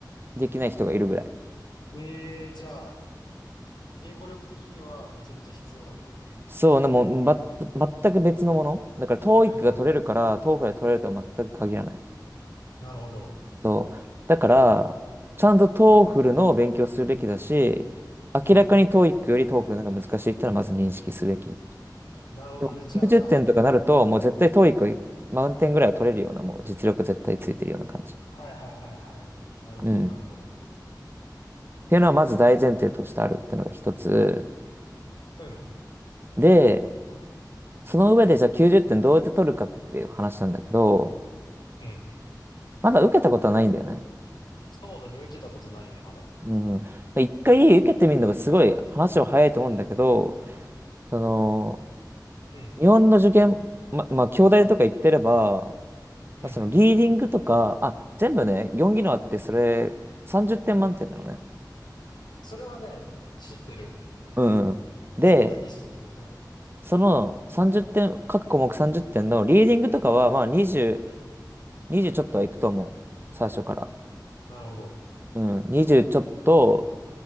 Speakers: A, on the right; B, on the left.
A: できない人がいるぐらい。
B: うん。えー、じゃあ、英語力的にはめちゃめちゃ必要なんだ。
A: そう、でも、ま、全く別のもの。だからトーイックが取れるからトーフ
B: うん、うん。
A: f l が取れるとは全く限らない。
B: なるほど。
A: そう。だから、ちゃんと TOEFL の勉強するべきだし、
B: うん。
A: 明らかに TOEIC より TOEFL の方が難しいってのはまず認識すべき。
B: なるほどね。
A: でも90点とかなると、
B: じゃあ、
A: もう絶対 TOEIC 満点ぐらいは取れるような、もう実力絶対ついてるような感じ。
B: はいはいはいはい。なるほどなるほど。
A: うん。っていうのはまず大前提としてあるってのが一つ。
B: うん、
A: で、その上でじゃあ90点どうやって取るかっていう話なんだけど、
B: うん。
A: まだ受けたことはないんだよね。
B: そうだね、受けたことないね、まだ。
A: うん。一回受けてみるのがすごい話は早いと思うんだけど、その、
B: うん、
A: 日本の受験、ま、まあ、京大とか行ってれば、ま
B: うん。
A: あ、そのリーディングとか、あ、全部ね、4技能あって、それ、30点満点なのね。
B: それはね、知ってる。
A: うんうん。で、
B: そこだけ知ってる。うん。
A: その30点、各項目30点のリーディングとかは、まあ20、20ちょっとはいくと思う。最初から。
B: なるほど。
A: うん、20ちょっと、